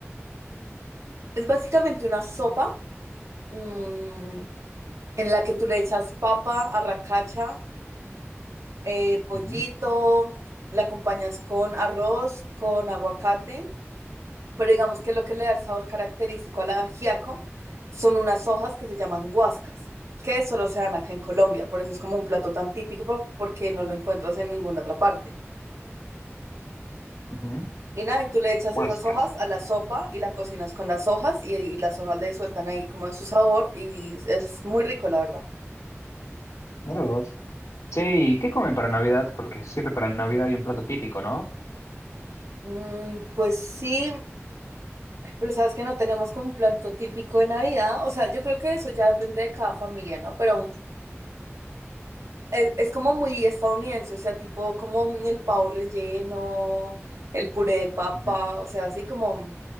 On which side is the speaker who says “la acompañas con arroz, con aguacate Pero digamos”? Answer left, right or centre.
Right